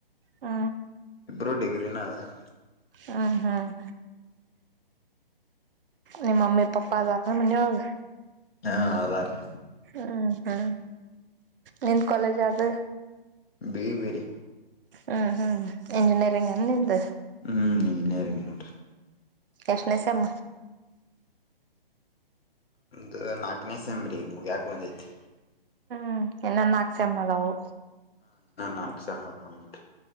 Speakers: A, on the right; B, on the left.
A: ಹ್ಮ
B: ಒಬ್ಬರು ಡಿಗ್ರಿನ ಅದಾರೆ
A: ಹ್ಮ್ ಹ್ಮ್ ನಿಮ್ಮಮ್ಮಿ ಪಪ್ಪಾ ಅದಾರ ಮನಿ ಒಳಗ
B: ಹಾ ಅದಾರೀ
A: ಹ ಹಾ ನಿನ್ ಕಾಲೇಜ್ ಆದಗ
B: ಬ ಬಡೀ
A: ಹ್ಮ್ ಹ್ಮ್ ಇಂಜಿನಿಯರಿಂಗ್ ನಿಂದ
B: ಹ್ಮ್ ನ ಇಂಜಿನೀರಿಂಗ್ ಹ
A: ಎಷ್ಟನೇ ಸೆಮ್
B: ನಮ್ದ ನಾಕನೇಸಂಬ್ರಿ ಮುಗ್ಯಾಾಕ ಬಂದೈತಿ
A: ಹ್ಮ ಎ ನ ಶಮ್ಮಲವು
B: ನಾಕ ಸೇಮ್ ಅದ ನೋಡ್ರಿ